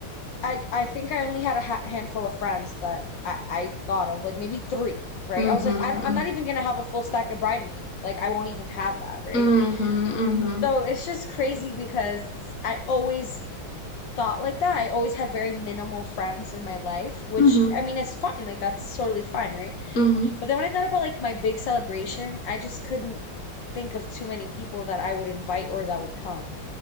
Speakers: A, on the left (about 70°); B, on the left (about 45°).
A: I I think I only had a ha handful of friends that I, I thought of, like maybe three, right?
B: Mm-hmm.
A: I was like, I don't, I'm not even gonna have a full stack of bridemaid. Like I won't even have that, right?
B: Mm-hmm. Mm-hmm.
A: So it's just crazy because I always thought like that. I always had very minimal friends in my life, which
B: Mm-hmm.
A: I mean, it's fine. Like that's totally fine, right?
B: Mm-hmm.
A: But then when I thought about like my big celebration, I just couldn't think of too many people that I would invite or that would come,